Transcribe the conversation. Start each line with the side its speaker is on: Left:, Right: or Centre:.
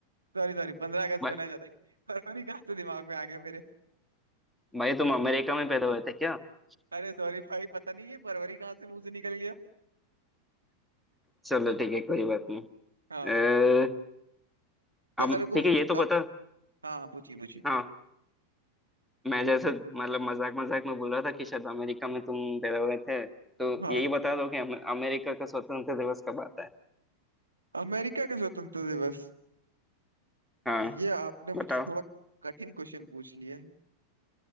Right: सॉरी सॉरी पंद्रह अगस्त
Centre: भा-
Right: को मनाया जाता है फरवरी कहाँ से दिमाग में आ गया मेरे
Centre: भाई तुम अमेरिका में पैदा हुए थे क्या <laughs>
Right: अरे सॉरी भाई पता नहीं ये फरवरी कहाँ से मुंह से निकल गया
Centre: चलो ठीक है कोई बात नहीं
Right: हाँ तो
Centre: अब
Right: अरे को
Centre: ठीक
Right: अब
Centre: है ये तो बता
Right: हाँ हाँ पूछिए पूछिए
Centre: हाँ मैं जैसे मतलब मजाक मजाक में बोल रहा था कि शायद अमेरिका में तुम पैदा हुए थे तो
Right: हाँ
Centre: यही बता दो कि अम- अमेरिका का स्वतंत्रता दिवस कब आता है
Right: अमेरिका का स्वतंत्रता दिवस
Centre: हाँ
Right: ये आपने मुझसे
Centre: बताओ
Right: थोड़ा कठिन क्वेश्चन पूछ लिया है